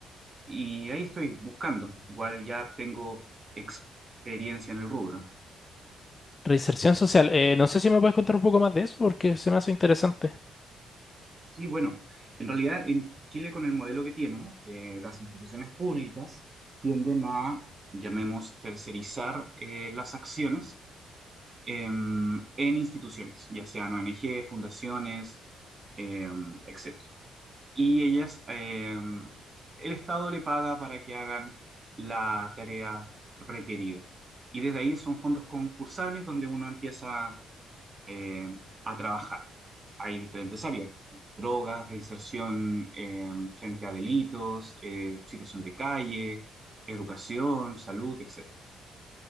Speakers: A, on the right; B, on the left.
A: Y ahí estoy buscando. Igual ya tengo experiencia en el rubro.
B: Reinserción social, eh, no sé si me puedes contar un poco más de eso porque se me hace interesante.
A: Sí, bueno, en realidad en Chile con el modelo que tiene, eh, las instituciones públicas tienden a, llamemos, tercerizar eh, las acciones em, en instituciones, ya sean ONG, fundaciones, etc. y ellas, eh, el Estado le paga para que hagan la tarea requerida. Y desde ahí son fondos concursables donde uno empieza eh, a trabajar. Hay diferentes áreas, drogas, reinserción eh, frente a delitos, eh, situación de calle, educación, salud, etcétera